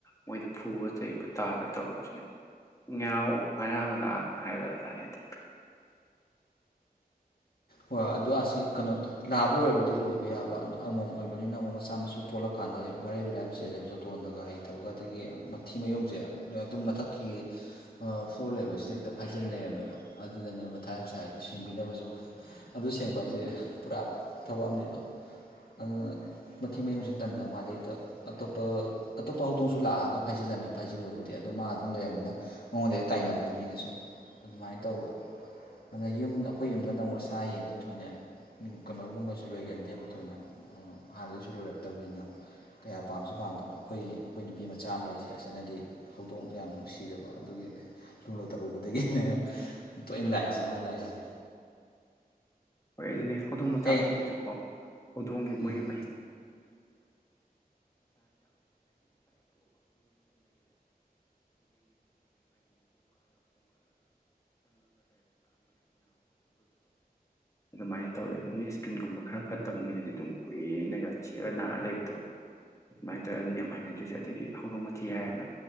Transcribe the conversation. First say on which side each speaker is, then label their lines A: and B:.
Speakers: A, on the left; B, on the left.
A: ꯃꯣꯏꯗ ꯐꯨꯕ ꯆꯩꯕ ꯇꯥꯟꯕ ꯇꯧꯔꯁꯨꯅꯦ ꯉꯦꯌꯥꯎ ꯉꯔꯥꯡ ꯂꯥ ꯍꯥꯏꯔ ꯂꯥꯛꯑꯦ ꯑꯗꯣ
B: ꯍꯣꯏ ꯑꯗꯣ ꯑꯁꯤ ꯀꯩꯅꯣ ꯂꯥꯕ ꯑꯣꯏꯔꯕꯨꯗꯤ ꯂꯣꯏꯕ ꯌꯥꯕ ꯑꯗꯣ ꯑꯝꯃꯣꯝ ꯑꯣꯏꯕꯅꯤꯅ ꯑꯃꯨꯛ ꯃꯆꯥ ꯃꯁꯨ ꯄꯣꯜꯂꯛꯀꯥꯟꯗ ꯕꯦꯔꯤ ꯕꯦꯔꯥ ꯆꯦꯜꯂꯦ ꯖꯣꯇꯣꯟꯅꯒ ꯍꯩꯇꯕꯒ ꯑꯗꯒꯤ ꯃꯊꯤ ꯃꯌꯨꯡꯁꯦ ꯑꯗꯨꯝ ꯃꯊꯛꯀꯤ ꯐ꯭ꯂꯣꯔ ꯂꯦꯕꯩꯁꯤꯗꯩꯇ ꯐꯥꯏꯖꯤꯟ ꯂꯩꯔꯝꯃꯦꯕ ꯑꯗꯨꯗꯅꯦ ꯃꯊꯥꯏ ꯌꯥꯝ ꯁꯥꯏꯖꯦ ꯁꯦꯡꯕꯤꯅꯕꯖꯨ ꯑꯗꯨ ꯁꯦꯡꯕ ꯍꯥꯏꯖꯦ ꯄꯨꯔꯥ ꯊꯕꯛ ꯑꯝꯅꯤꯗꯣ ꯑꯗꯨꯅ ꯃꯊꯤ ꯃꯌꯨꯡꯖꯤ ꯇꯟꯕ ꯃꯥꯗꯤ ꯍꯦꯛꯇ ꯑꯇꯣꯞꯄ ꯑꯇꯣꯞꯄ ꯍꯧꯗꯣꯡꯁꯨ ꯂꯥꯛꯑꯒ ꯐꯥꯢꯖꯤꯜꯂꯝꯃꯦ ꯐꯥꯢꯖꯤꯟꯕꯕꯨꯗꯤ ꯑꯗꯣ ꯃꯥ ꯑꯗꯨꯝ ꯂꯩꯔꯝꯃꯤꯅ ꯃꯉꯣꯟꯗ ꯍꯦꯛ ꯇꯥꯏꯅꯕꯗꯣ ꯃꯤꯅꯁꯨ ꯑꯗꯨꯃꯥꯏꯟ ꯇꯧꯕ ꯑꯗ ꯌꯨꯝ ꯑꯩꯈꯣꯏ ꯌꯨꯝꯗ ꯅꯧꯅ ꯁꯥ ꯁꯥ ꯌꯦꯟꯖꯦ ꯊꯣꯏꯅ ꯀꯩꯅꯣꯒꯨꯝꯕꯁꯨ ꯂꯣꯏꯒꯟꯗꯦꯕ ꯊꯣꯏꯅ ꯍꯥꯟꯅꯗꯩꯁꯨ ꯂꯣꯏꯔꯛꯇꯕꯅꯤꯅ ꯀꯌꯥ ꯄꯥꯝꯁꯨ ꯄꯥꯝꯗꯕ ꯑꯩꯈꯣꯏ ꯑꯩꯈꯣꯏ ꯅꯨꯄꯤ ꯃꯆꯥ ꯑꯃ ꯂꯩꯁꯦ ꯑꯁꯤꯅꯗꯤ ꯍꯧꯗꯣꯡꯗꯣ ꯌꯥꯝ ꯅꯨꯡꯁꯤꯔꯕ ꯑꯗꯨꯒꯤ ꯂꯨꯅ ꯇꯧꯔꯨꯕꯗꯒꯤꯅꯦ ꯇꯣꯏꯅ ꯂꯥꯛꯏꯁꯦ ꯃꯥꯟ ꯂꯥꯛꯏꯁꯦ
A: ꯍꯣꯏ ꯑꯗꯨꯅꯦ ꯍꯧꯗꯣꯡ ꯃꯆꯥ
B: ꯍꯦꯛ
A: ꯄꯣꯛꯄꯖꯨ ꯀꯣ ꯍꯧꯗꯣꯡꯒꯤ ꯃꯣꯏꯒꯤ
B: ꯎꯝ
A: ꯑꯗꯨꯃꯥꯏꯟ ꯇꯧꯋꯦ ꯑꯗꯨ ꯃꯤ ꯏꯁꯀꯤꯟꯒꯨꯝꯕ ꯈꯔ ꯐꯠꯇꯕ ꯃꯤꯗꯗꯤ ꯗꯨꯝ ꯀꯨꯏꯅꯒ ꯆꯤꯛꯑ ꯅꯥꯔ ꯂꯩꯕꯗꯣ ꯑꯗꯨꯃꯥꯏꯟ ꯇꯧꯋꯦ ꯑꯗꯨꯅꯦ ꯌꯥꯝ ꯍꯩꯅꯗ꯭ꯔꯤꯁꯦ ꯑꯗꯒꯤ ꯍꯧꯗꯣꯡ ꯃꯊꯤ ꯍꯥꯢꯔꯦꯟꯅ